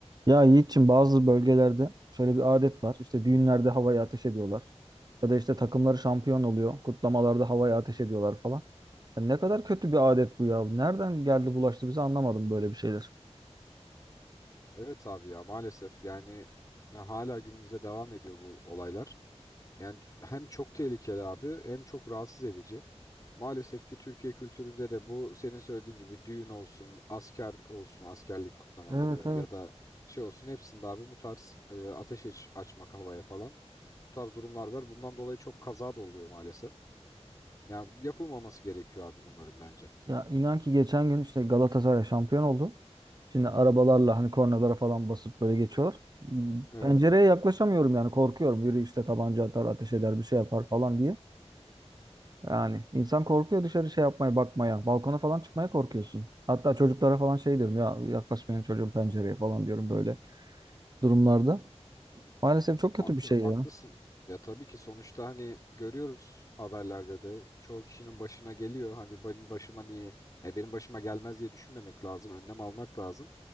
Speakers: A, on the right; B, on the left.
A: Ya Yiğit'ciğim bazı bölgelerde şöyle bir adet var. İşte düğünlerde havaya ateş ediyorlar. Ya da işte takımları şampiyon oluyor. Kutlamalarda havaya ateş ediyorlar falan. Ya ne kadar kötü bir adet bu ya. Nereden geldi bulaştı bize anlamadım böyle bir şeyler.
B: Evet abi ya maalesef yani e, hala günümüzde devam ediyor bu olaylar. Yani hem çok tehlikeli abi hem çok rahatsız edici. Maalesef ki Türkiye kültüründe de bu senin söylediğin gibi düğün olsun, asker olsun, askerlik kutlamaları
A: Evet evet.
B: ya da şey olsun hepsinde abi bu tarz e, ateş aç- açmak havaya falan bu tarz durumlar var. Bundan dolayı çok kaza da oluyor maalesef. Yani yapılmaması gerekiyor abi bunların bence.
A: Ya inan ki geçen gün işte Galatasaray şampiyon oldu. Şimdi arabalarla hani kornalara falan basıp böyle geçiyorlar.
B: Evet
A: Pencereye
B: abi.
A: yaklaşamıyorum yani korkuyorum. Biri işte tabanca atar, ateş eder, bir şey yapar falan diye. Yani insan korkuyor dışarı şey yapmaya, bakmaya. Balkona falan çıkmaya korkuyorsun. Hatta çocuklara falan şey diyorum ya yaklaşmayın çocuğum pencereye falan diyorum böyle durumlarda. Maalesef çok kötü
B: Abi
A: bir şey
B: haklısın.
A: ya.
B: Ya tabii ki sonuçta hani görüyoruz haberlerde de çoğu kişinin başına geliyor. Hani benim başıma niye, yani benim başıma gelmez diye düşünmemek lazım. Önlem almak lazım.